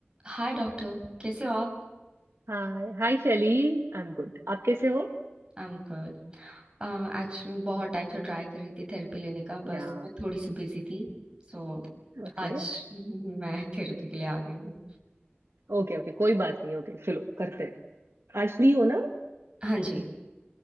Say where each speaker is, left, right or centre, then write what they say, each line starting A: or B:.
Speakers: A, on the right; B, on the right.
A: हाय doctor कैसे हो आप
B: Hi hi Shaili I am good आप कैसे हो
A: I am good एक्चुअली मैं बहुत टाइम से ट्राई कर रही थी थेरेपी लेने का
B: या
A: बस मैं थोड़ी सी बिजी थी सो
B: ओके
A: आज मैं थेरेपी के लिए आ गई हूँ
B: ओके ओके कोई बात नहीं ओके चलो करते हैं आज फ्री हो ना
A: हाँ जी